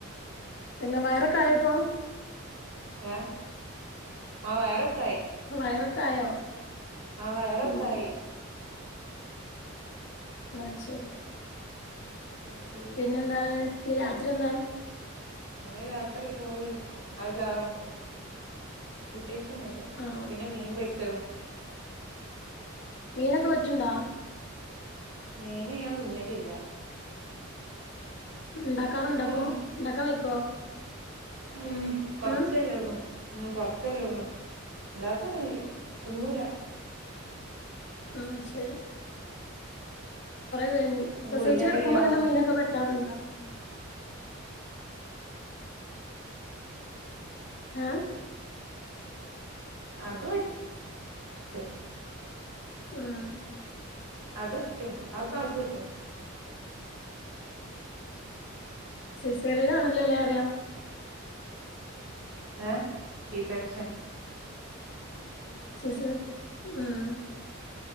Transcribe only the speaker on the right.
ഏ ആ വയറക്കെ
ആ വയറൊക്കായി
ശരി
ഇന്ന് രാത്രി ചോറ് ആ ചാറും പ്രത്യേകിച്ചൊന്നുമല്ല
പിന്നെ മീൻ പൊരിച്ചതും
മീന് ഞാൻ തിന്നലില്ല.
ഉം
ഉം കൊറച്ചല്ലേ
ഉള്ളൂ ഉംകൊറച്ചല്ലേ ഉള്ളൂ ഉണ്ടാ ക്കുക ചെയ്യും തിന്നൂല്ലാ.
ഗുളികന്റെ
ഗ്യാസ്
അത് പറ്റും.
അത് പറ്റും ആ സമയത്ത് പറ്റും.
ആ തീസക്ക്ഷൻ <unintelligible>